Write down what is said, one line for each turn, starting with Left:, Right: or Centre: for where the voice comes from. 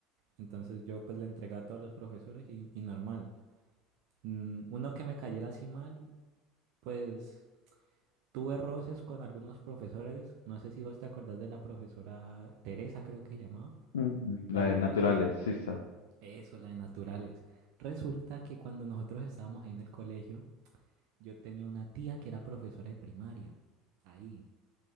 Right: Entonces yo pues le entregaba a todos los profesores y y normal. Mm, uno que me cayera así mal, pues tuve roces con algunos profesores. No sé si vos te acordás de la profesora Teresa, creo que se llamaba,
Left: Mm. La
Right: la de
Left: de
Right: biología.
Left: naturales, Sisa.
Right: Eso, la de naturales. Resulta que cuando nosotros estábamos ahí en el colegio, yo tenía una tía que era profesora de primaria. Ahí.